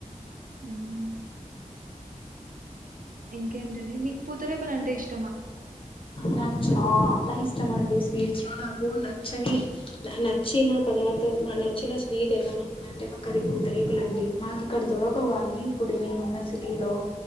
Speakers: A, on the right; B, on the left.
A: హుమ్ ఇంకేంటండి మీకు పూతరేకులు అంటే ఇష్
B: నాకు చాలా ఇష్టం అండి స్వీట్స్ లో నాక్ నాకు నచ్చని నచ్చిన పదార్థం నచ్చిన స్వీట్ ఏదైన్నా ఉందంటే ఒక అది పూతరేకులుండి మాకు ఇక్కడ దొరకవు గానీ ఇప్పుడు నేనున్న సిటీలో